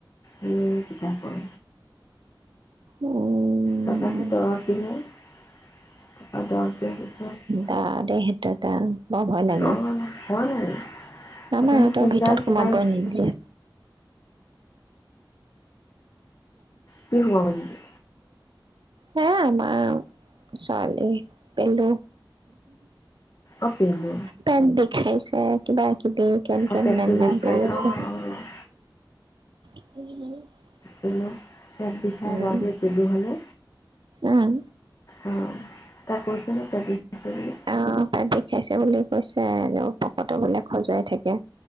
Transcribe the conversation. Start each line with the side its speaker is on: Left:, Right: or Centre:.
Left: সেই কিতাপৰ।
Right: উম
Left: তাপাহে দৰৱ দিলে তাপা দৰৱ দিয়াৰ পিছত
Right: তা দেই সেইটো এটা বৰ ভয় লাগে।
Left: অ' হ'ল আৰু
Right: মামা
Left: তাৰপৰা
Right: ইহঁতৰ
Left: সেই কোনডাল
Right: ভিতৰত
Left: সোমাই
Right: সোমাবই
Left: আছিলে
Right: নিদিলে।
Left: কি সোমাব নিদিলে?
Right: হে আমাৰ ছোৱালী পেলু
Left: অ' পেলু
Right: পেট বিষাইছে কিবা কি দেৰি কেন
Left: অ'
Right: কেন
Left: পেটটো
Right: মেন মেন
Left: বিষাই
Right: কৰি আছে।
Left: অ' অ'
Right: <unintelligible>
Left: <unintelligible> তাত
Right: উম
Left: <unintelligible> পেলু হ'লে,
Right: উম
Left: অ'। তাক কৈছে নে পেট বিষাইছে বুলি?
Right: অ' পেট বিষাইছে বুলি কৈছে এনেও। পকৰটো বোলে খজুৱাই থাকে।